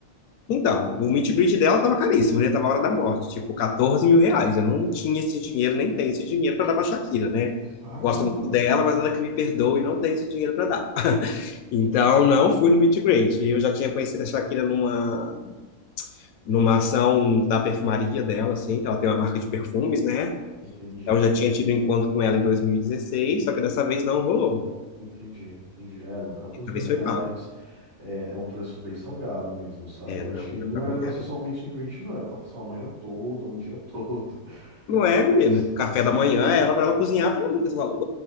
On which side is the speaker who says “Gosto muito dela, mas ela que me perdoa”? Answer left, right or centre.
Left